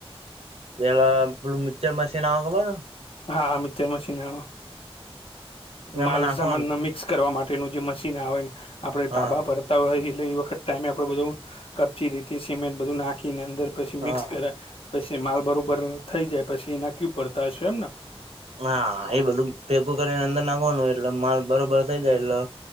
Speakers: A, on the right (about 85°); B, on the left (about 65°).
A: પેલા પેલું મિક્ચર મશીન આવે ખબર.
B: હા, હા મિક્ચર મશીન આવમાં...
A: એમાં
B: માલસામાન
A: નાખવાનું
B: ના મિક્સ કરવા માટેનું જે મશીન આવે આપડે
A: હા
B: તાબા ભર... તા હોય એલ એ વખત ટાઈમે આપણે બધું... કપચી, રેતી, સિમેન્ટ બધું નાખીને અંદર પછી
A: હા
B: મિક્સ કરા... પછી માલ બરોબર થઈ જાય પછી એ ના ક્યુ ભડતા હશે એમન,
A: હા, એ બધું ભેગું કરીને અંદર નાખવાનું હોય એટલે માલ બરોબર થઇ જાય એટલે...